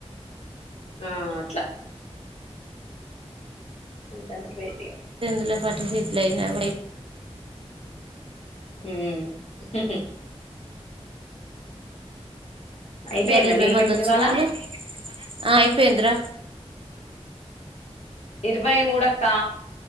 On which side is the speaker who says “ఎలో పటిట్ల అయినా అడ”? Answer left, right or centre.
Right